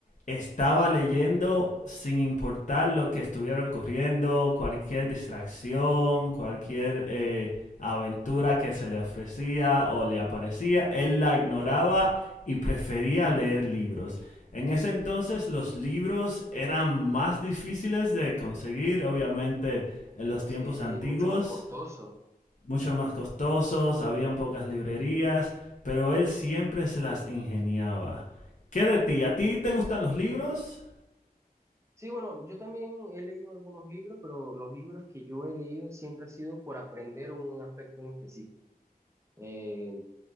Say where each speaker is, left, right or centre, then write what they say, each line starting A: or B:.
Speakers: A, on the left; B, on the right.
A: estaba leyendo sin importar lo que estuviera ocurriendo, cualquier distracción, cualquier eh, aventura que se le ofrecía o le aparecía, él la ignoraba y prefería leer libros. En ese entonces los libros eran más difíciles de conseguir, obviamente en los
B: Sí,
A: tiempos antiguos,
B: mucho más costoso.
A: mucho más costosos, habían pocas librerías, pero él siempre se las ingeniaba. ¿Qué de ti? ¿A ti te gustan los libros?
B: Sí, bueno, yo también he leído algunos libros, pero los libros que yo he leído siempre ha sido por aprender un aspecto en específico. Eh,